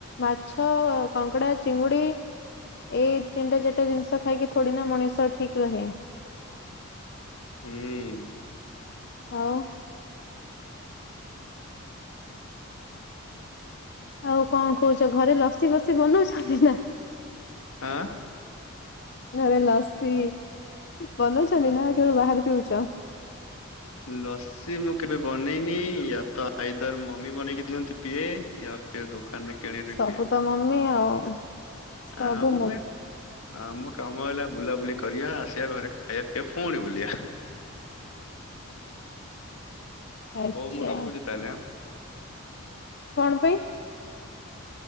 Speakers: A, on the left; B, on the left.
A: ମାଛ, କଙ୍କଡା, ଚିଙ୍ଗୁଡି ଏଇ ତିନଟା ଚାଟା ଜିନିଷ ଖାଇକି ଥୋଡି ନା ମଣିଷ ଠିକ ରହେ।
B: ହୁଁ।
A: ଆଉ। ଆଉ କଣ କହୁଛ ଘରେ ଲସି ବସି ବନଉଛନ୍ତି ନା?
B: ଆଁ,
A: ଘରେ ଲସି ବନଉଛନ୍ତି ନା କେବଳ ବାହାରେ ପିଉଛ?
B: ଲସ୍ ସି ମୁଁ କେବେ ବନେଇନି ୟା ତ ଆଇଦରୂ ମମି ବନେଇକି ଦିଅନ୍ତି ପିଏ। ୟା ଫେର୍ ଦୋ ଦାନରୁ କିଣି <unintelligible>
A: ସବୁ
B: ପିଏ।
A: ତ ମମି ଆଉ ସବୁ
B: ଆମେ
A: ମମି
B: ଆମ କାମ ହେଲା ବୁଲାବୁଲି କରିବା ଆସିବା ଘରେ ଖାଇବା ପିଇବା ଫୁଣି ବୁଲିବା।
A: ଆଚ୍ଛା
B: ହଉ ମୁଁ ରଖୁଛି ତାହେଲେ ଆଁ?
A: କଣ ପାଇଁ?